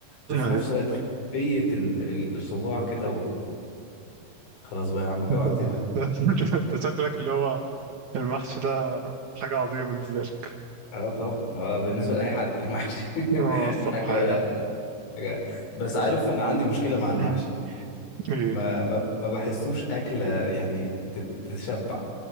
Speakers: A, on the left; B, on the right.
A: وفي
B: أيوه
A: نفس الوقت خفيه ال- ال- الصباع كده وخلاص بقى يا عم جوعتنا
B: أنت أنت
A: بقى
B: أنت شكلك اللي هو المحشي ده حاجة عظيمة بالنسبة لك
A: اه طبعا هو بالنسبه لاي حد المحشي <laughs>
B: هو الصراحة
A: حاجه
B: يعني
A: حاجه بس عارف انا عندي مشكله مع المحشي
B: مم. إيه
A: ما ما ما بحسوش اكله يعني تت- تتشبع